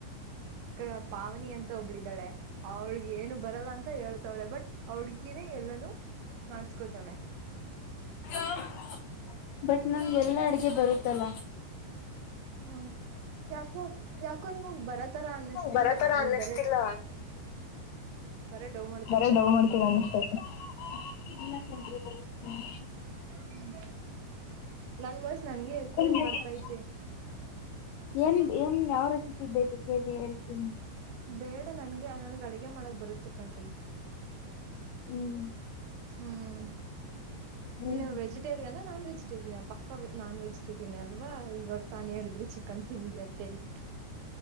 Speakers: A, on the right; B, on the left.
A: ತ ಪಾವನಿ ಅಂತ ಒಬ್ಳಿದ್ದಾಳೆ ಅವ್ಳಿಗೆ ಏನು ಬರಲ್ಲ ಅಂತ್ ಅಂತ ಹೇಳ್ತಾವ್ಳೆ ಬಟ್ ಆ ಹುಡ್ಗಿನೆ ಎಲ್ಲಾನೂ ಮಾಡ್ಸ್ಕೋತಾಳೆ.
B: <unintelligible> ಬಟ್ ನಂಗೆ ಎಲ್ಲಾ ಅಡ್ಗೆ ಬರುತ್ತಲ್ಲ
A: ಹ್ಮ್ ಯಾ ಯಾಕ್ ಯಾಕೋ ನಿಮಗ್ ಬರೊತರ ಅನ್ನಿಸ್ತಿಲ್ಲ
B: ಬರತರ
A: ನೀವ್
B: ಅನ್ನಿಸ್ತಿಲ್ಲ
A: ಬರೇ ಬರೆ ಡೌ ಮಾ
B: ಬರೆ ಡವ್ ಮಾಡ್ತೀರ ಅನ್ಸತೈತೆ ಇಲ್ಲಪ್ಪ
A: ಹ್ಮು ನನ್ ವಾಯ್ಸ್ ನನ್ಗೆ ಎಕೋ
B: ಬರುತ್ತೆ
A: ಬರ್ತೈತೆ.
B: ಏನ್ ಏನ್ ಯಾವ ರೆಸಿಪಿ ಬೇಕು ಕೇಳಿ ಹೇಳ್ತೀನಿ.
A: ಬೇಡ ನನ್ಗೆ ನನ್ಗೆ ಅಡಗೆ ಮಾಡಕ್ಕೆ ಬರುತ್ತೆ ಕಣ್ರಿ.
B: ಹ್ಮ್
A: ಹ್ಮು
B: ಹ್ಮ್
A: ಇಲ್ಲ ವೆಜಿ ವೆಟೇರಿಯನ್ ನಾನ್ ವೆಜಿಟೇರಿಯನ್ ಪಕ್ಕ ನಾನ್ ವೆಜಿಟೇರಿಯನ್ ಅಲ್ವಾ ಇವಾತ್ತಾನು ಹೇಳಿದ್ರೆ ಚಿಕನ್ ತಿಂದ್ಲೆಳ್ಬಿಟ್ಟು